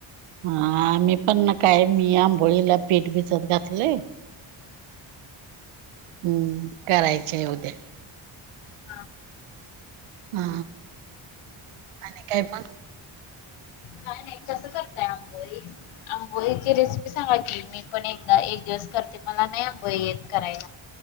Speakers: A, on the right; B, on the left.
A: हा आम्ही पण काय मी आंबोळीला पीठ भिजत घातले. हम्म करायच ये उद्या.
B: हा.
A: हा आणि काय मग?
B: काय नाही कसं करतय आंबोई आंबोई. रेसिपी सांगा की मी पण एकदा एक दिवस करते मला नाही अबोळी येत करायला.